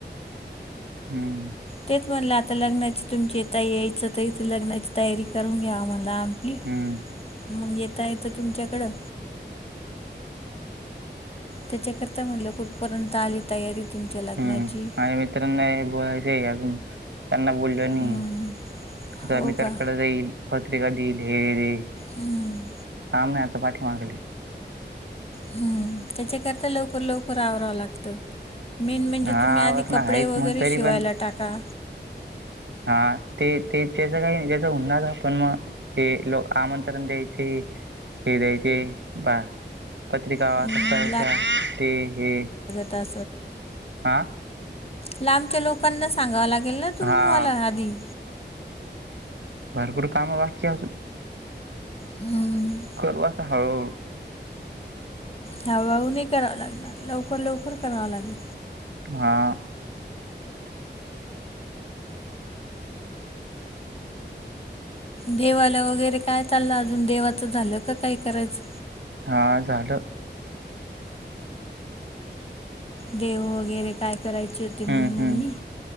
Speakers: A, on the right (about 85°); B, on the left (about 30°).
A: हम्म!
B: तेच म्हटंल आता लग्नाची तुमची येताय यायचं त इथे लग्नाची तयारी करून घ्या म्हणलं आपली
A: हम्म
B: मग येता येतं तुमच्याकडं त्याच्याकरता म्हटलं कुठपर्यंत आली तयारी तुमच्या लग्नाची
A: हम्म माझ्या मित्रांना बोलायचं अजून त्यांना बोलिलं
B: हम्म.
A: नाहीये. जर
B: हो
A: आम्ही तरकडं
B: का
A: जाईल. पत्रिका दिईल हे रे
B: हम्म.
A: काम नाही आता पाठीमागली.
B: हम्म! त्याच्याकरता लवकर लवकर आवरावं लागतं. मेन म्हणजे
A: हा
B: तुम्ही आधी
A: आवरण
B: कपडे
A: आहेच
B: वगैरे
A: मग तरी
B: शिवायला
A: पण
B: टाका
A: हा ते ते त्याच काही त्याच हून जातं पण मग हे लोकं आमंत्रण द्यायचे हे द्यायचे बा पत्रिका
B: अं,
A: छपायच्या ते हे
B: चलते!
A: हा
B: लांबच्या लोकांना सांगाव लागेल ना तुम्हाला
A: हा
B: आधी
A: भरपूर काम बाकी आहे अजून
B: हम्म
A: करू आता हळूहळू
B: हळूहळू नाही करावा लागणार लवकर लवकर कराव लागेल.
A: हा!
B: देवाला वगैरे काय चाललं अजून देवाचं झालं का काय करायचं!
A: हा! झालं
B: देव वगैरे काय करायचे होते म्हणे
A: हम्म
B: मम्मी.
A: हम्म